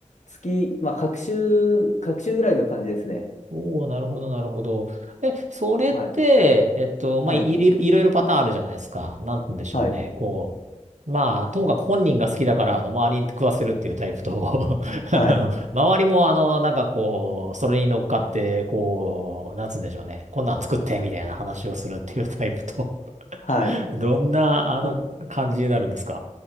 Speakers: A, on the left; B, on the right.
A: 月、まあ、隔週、隔週ぐらいの感じですね。
B: <laughs> おー、なるほど、なるほど。え、それって、
A: はい。
B: えっと、まあ、
A: はい。
B: いろいろ、いろいろパターンあるじゃないですか。なんて言うんでしょうね。
A: はい。
B: こう、まあ、ともかく本人が好きだから、あの、周りに食わせるっていうタイプと、<laughs>
A: はい。
B: あの周りも、あの、なんかこう、それに乗っかって、こう、なんつうんでしょうね。こんなん作って、みたいな話をするっていうタイプと、<laughs>
A: はい。
B: どんな、
A: <laughs>
B: あの、
A: あ、
B: 感じになるんですか